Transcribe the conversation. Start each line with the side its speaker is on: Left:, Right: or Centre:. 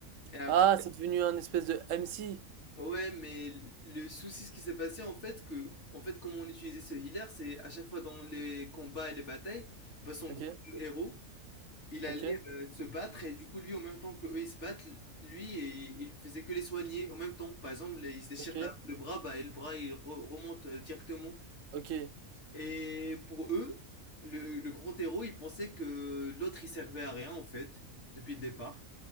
Left: Et ap-
Right: Ah, c'est devenu un espèce de MC.
Left: ouais, mais le souci, ce qui s'est passé, en fait, que, en fait, comment on utilisait ce healer, c'est à chaque fois dans les combats et les batailles, bah, son
Right: Ok,
Left: groupe de héros, il allait
Right: ok,
Left: euh, se battre et du coup, lui, en même temps que eux, ils se battent, lui, et, il faisait que les soigner en même temps. Par exemple, il se déchire
Right: ok,
Left: la- le bras, bah, et le bras, il re- remonte euh, directement.
Right: ok.
Left: Et pour eux, le, le grand héros, il pensait que l'autre, il servait à rien, en fait, depuis le départ.